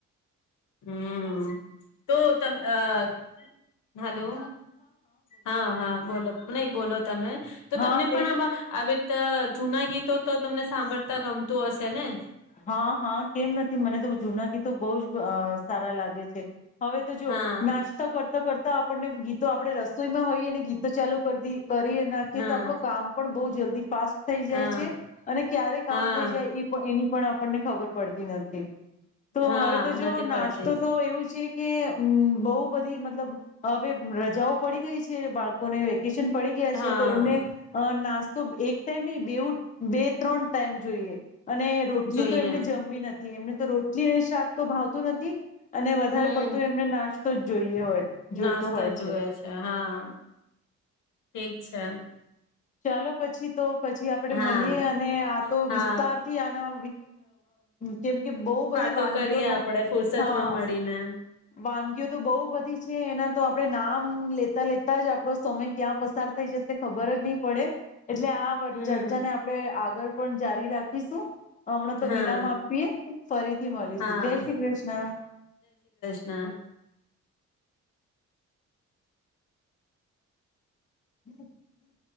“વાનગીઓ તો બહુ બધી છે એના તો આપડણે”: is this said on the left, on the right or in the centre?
Left